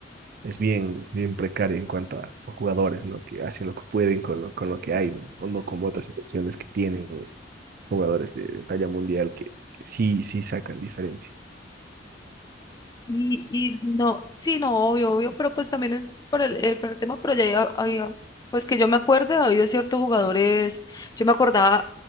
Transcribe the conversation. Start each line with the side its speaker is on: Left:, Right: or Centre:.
Right: es bien, bien precaria en cuanto a jugadores, ¿no? Que hacen lo que pueden con lo, con lo que hay, ¿no? O no como otras selecciones que tienen jugadores de, de talla mundial que, que sí, sí sacan diferencia.
Left: Y, y no, sí, no, obvio, obvio, pero pues también es por el, eh, por el tema, pero ya había, había, pues que yo me acuerde, ha habido ciertos jugadores, yo me acordaba